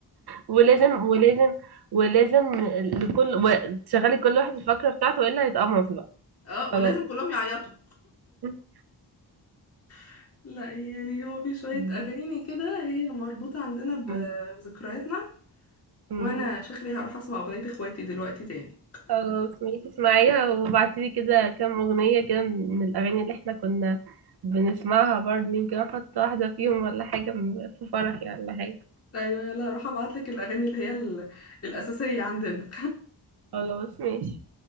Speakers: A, on the right; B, on the left.
A: ولازم ولازم ولازم لكل و- تشغلي كل واحد الفقرة بتاعته والا هيتقمص بقى
B: اه
A: خلاص
B: ولازم كلهم يعيطوا
A: <laughs>
B: <laughs> لا يعني هو في شوية
A: مم.
B: اغاني كده هي مربوطة عندنا ب-
A: م-
B: بذكرياتنا
A: م-
B: وانا شكلي هروح اسمع اغنية اخواتي دلوقتي تاني
A: خلاص ماشي اسمعيها وابعتيلي كده كام أغنية كده من الأغاني اللي احنا كنا بنسمعها برضه يمكن احط واحدة فيهم ولا حاجة في فرحي ولا حاجة
B: ايوه يلا هروح ابعتلك الاغاني اللي هي ال- الاساسية عندنا
A: خلاص ماشي